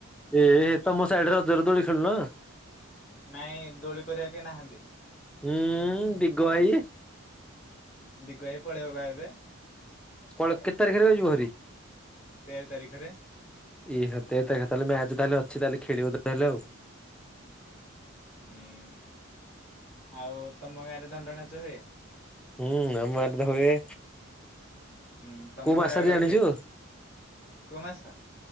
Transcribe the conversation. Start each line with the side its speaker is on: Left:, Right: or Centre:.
Centre: ଏ ତମ ସାଇଡରେ ରଜରେ ଦୋଳି ଖେଳୁନ?
Left: ନାଇଁ ଦୋଳି କରିବା କେ ନାହାନ୍ତି
Centre: ହୁଁ ଦିଗୁ ଭାଇ
Left: ଦିଗୁ ଭାଇ ପଳେଇବ ବା ଏବେ
Centre: ପଳେଇବ କେତେ ତାରିଖରେ ଯିବ ହେରି
Left: ତେର ତାରିଖରେ
Centre: ତେର ତାରିଖରେ ତାହେଲେ ମ୍ୟାଚ ତାହେଲେ ଅଛି ତାହେଲେ ଖେଳିବ ତାହେଲେ ଆଉ
Left: ହୁଁ ଆଉ ତମ ଗାଁରେ ଦଣ୍ଡ ନାଚ ହୁଏ
Centre: ହୁଁ ଦଣ୍ଡ ନାଚ ହୁଏ
Left: ହୁଁ ତମ
Centre: କୋଉ ମାସରେ
Left: ଘରେ ଆଗରେ
Centre: ଜାଣିଛୁ
Left: ହୁଏ କୋଉ ମାସ?